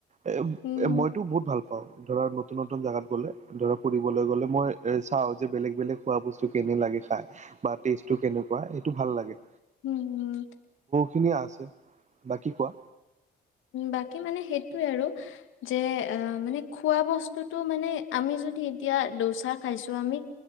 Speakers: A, on the right (about 35°); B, on the left (about 80°).
A: এ
B: উম
A: মইতো বহুত ভাল। পাওঁ, ধৰা নতুন নতুন জেগাত গ'লে ধৰা ফুৰিবলৈ গলে, মই এ চাও যে, বেলেগ বেলেগ খোৱা বস্তু কেনে লাগে খাই বা টেষ্টটো কেনেকুৱা সেইটো ভাল লাগে।
B: উম উম।
A: খিনি আছে বাকী কোৱা।
B: বাকী মানে সেইটোৱে আৰু, যে মানে খোৱা বস্তুটো মানে, আমি যদি এতিয়া দচা খাইছো, আমি